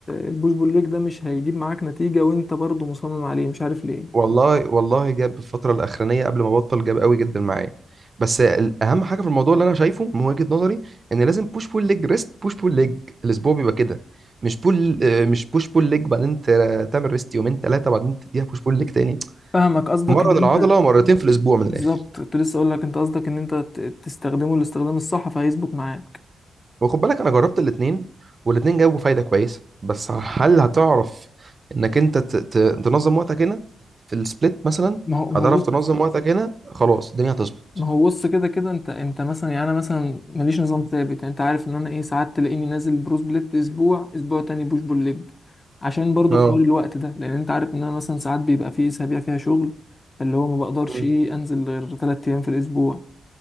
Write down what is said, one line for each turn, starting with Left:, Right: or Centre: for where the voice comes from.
Left: البوش بول ليج ده مش هيجيب معاك نتيجه وانت برضه مصمم عليه مش عارف ليه
Right: والله والله جاب الفتره الاخرانيه قبل ما بطل جاب قوي جدا معايا بس ال- اهم حاجه في الموضوع اللي انا شايفه من وجهه نظري ان لازم بوش بول ليج ريست بوش بول ليج الاسبوع بيبقى كده مش بول آه، مش بوش بول ليج بعدين ت- تعمل ريست يومين ثلاثه بعدين تديها بوش بول ليج تاني
Left: فاهمك قصدك
Right: مره
Left: ان
Right: من العضله
Left: انت
Right: مرتين في الاسبوع من
Left: بالظبط
Right: الاخر
Left: كنت لسه اقول لك انت قصدك ان انت ت- تستخدمه الاستخدام الصح فهيظبط معاك
Right: وخد بالك انا جربت الاتنين والاتنين جابوا فايده كويسه بس هل هتعرف انك انت ت- ت- تنظم وقتك هنا في السبليت مثلا
Left: ما هو ما
Right: هتعرف
Left: هو بص
Right: تنظم وقتك هنا خلاص الدنيا هتظبط
Left: ما هو بص كده كده انت انت مثلا يعني انا مثلا ماليش نظام ثابت يعني انت عارف ان انا ايه ساعات تلاقيني نازل بروس بليت اسبوع اسبوع تاني بوش بول ليج عشان برضو
Right: اه
Left: حوار الوقت ده لان انت عارف ان انا مثلا ساعات بيبقى في اسابيع فيها شغل فاللي هو ما بقدرش
Right: مم.
Left: ايه انزل غير ثلاث ايام في الاسبوع